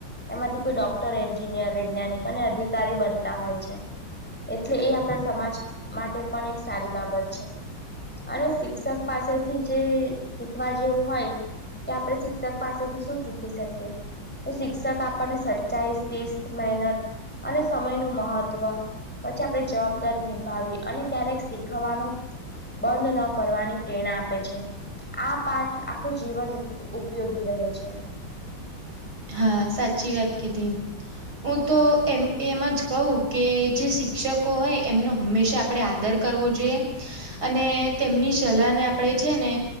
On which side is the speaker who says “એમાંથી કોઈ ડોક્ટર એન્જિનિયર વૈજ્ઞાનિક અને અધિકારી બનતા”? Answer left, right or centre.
Centre